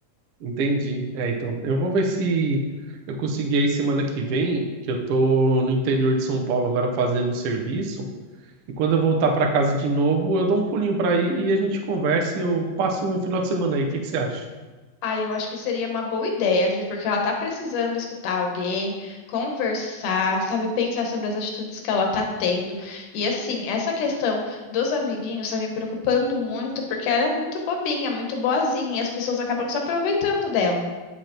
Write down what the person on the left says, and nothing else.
Ah, eu acho que seria uma boa ideia, viu? Porque ela tá precisando escutar alguém, conversar, sabe, pensar sobre as atitudes que ela tá tendo. E assim, essa questão dos amiguinhos tá me preocupando muito, porque ela é muito bobinha, muito boazinha, e as pessoas acabam se aproveitando dela.